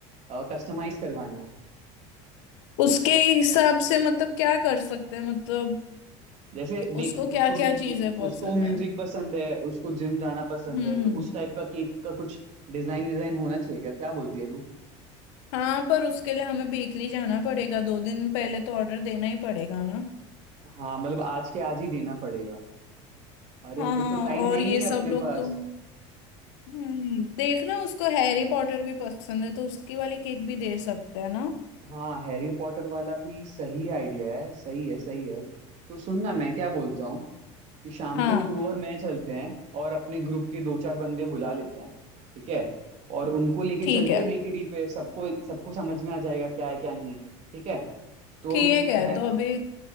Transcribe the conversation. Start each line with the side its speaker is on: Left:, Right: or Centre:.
Right: कस्टमाइज करवाना है
Left: उसके हिसाब से मतलब क्या कर सकते हैं मतलब
Right: जैसे देख
Left: उसको क्या
Right: उसको
Left: क्या चीजें
Right: उ-
Left: पसंद
Right: उसको म्यूजिक
Left: है
Right: पसंद है उसको जिम जाना पसंद
Left: हम्म
Right: है तो उस टाइप का केक का कुछ डिजाइन डिजाइन होना चाहिए क्या क्या बोलती है तू
Left: हाँ पर उसके लिए हमें बेकरी जाना पड़ेगा दो दिन पहले तो ऑर्डर देना ही पड़ेगा ना
Right: हाँ मतलब आज के आज ही देना पड़ेगा अरे
Left: हाँ
Right: फिर
Left: हाँ,
Right: तो टाइम
Left: और
Right: है ही
Left: ये
Right: नहीं
Left: सब
Right: अपने
Left: लोग
Right: पास
Left: तो हम्म देखना उसको हैरी पॉटर भी पसंद है तो उसकी वाली केक भी दे सकते हैं ना
Right: हाँ हैरी पॉटर वाला भी सही आइडिया है सही है सही है तो सुनना मैं क्या बोलता हूँ कि शाम
Left: हाँ
Right: को तू और मैं चलते हैं और अपने ग्रुप के दो चार बंदे बुला लेते हैं ठीक है और उनको लेके
Left: ठीक
Right: चलते
Left: है
Right: हैं बेकरी पे सबको सबको समझ में आ जाएगा क्या है क्या नहीं है ठीक है तो
Left: ठीक
Right: मैं
Left: है तो अभी